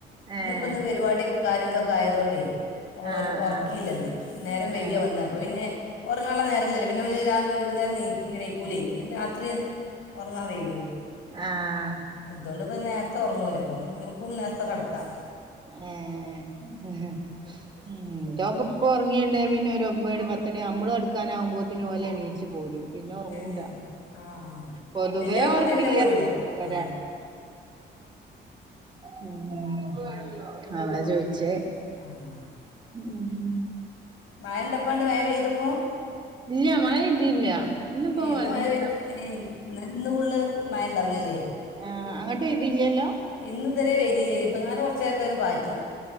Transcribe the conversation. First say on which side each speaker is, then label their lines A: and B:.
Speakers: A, on the right; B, on the left.
A: ഏഹ്
B: ഇനിപ്പ ഇന്ന് പരിപാടി കാര്യം എന്തൊക്കെ ആയതോണ്ടേ
A: ആഹ്
B: ഉറക്കിയില്ലന്ന്
A: ആഹ്
B: നേരം വൈക
A: ഏഹ്
B: വന്നാ അപ്പൊ പിന്നെ റങ്ങാനുള്ള നേരന്ന ഇല്ല പിന്നെ ഒരു വൈകുന്നേം നണക്കും കൂല പിന്നെ രാത്രി ഉറങ്ങാ വേയിക്കും
A: ആഹ
B: ഇതുകൊണ്ട് ഇപ്പം നേരത്തെ ഉറങ്ങുവല്ലോ അപ്പ ഇങ്ങൾക്കും നേരത്തെ കിടക്കാം
A: ഏ ആഹ ഉ് ഇതോക്ക ഇപ്പൊ ഉറങ്ങിയിന്ന പിന്നെ ഒരു ഒമ്പത് മണി പത്ത മണി നമ്മള് എടുക്കാനാവകുമ്പോത്തത്തിന് ഓല എണീച്ച്ു പോരും പിന്നെ ഉറങ്ങൂല
B: ഏ ആ
A: പൊതുവേ
B: വലിയ മക്കളായ
A: ഓർക്കില്ല
B: പിന്നെ പോരൂല
A: ഒരാ
B: ആ
A: മ്മ് അതാ ചോദിച്ചേ
B: മ്മ്
A: ഉം
B: മഴണ്ടപ്പണ്ട് മഴ പെയ്തപ്പോ
A: ഇല്ല മഴ പെയ്തില്ല ഇന്നിപ്പോ
B: ഏഹ് ഇന്ന്
A: നല്ല
B: മഴപെ ഏഹ് ന്നന്ന് ഫുള്ള് മാഴണ്ടാവുലലെ
A: ആഹ് അങ്ങ്ട്ട് വെയ്തില്ലല്ലൊ
B: ഇന്ന് ഇത് വരേ വഴ്തീലേനു ഇപ്പനാൾ കൊറച്ചേര്ത്തൊന്ന് പാറ്റി